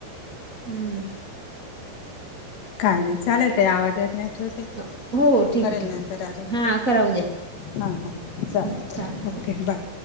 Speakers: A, on the right (about 30°); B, on the left (about 85°).
A: हम्मं
B: काय नाही चालेल ताई आवाज येत नाही. ठेवते
A: हो हो ठीक
B: करेल
A: आहे ठीक
B: नंतर
A: आहे
B: अजून.
A: हां करा उद्या
B: हा हा चालेल
A: हं,
B: चालेल ओके
A: हो
B: बाय.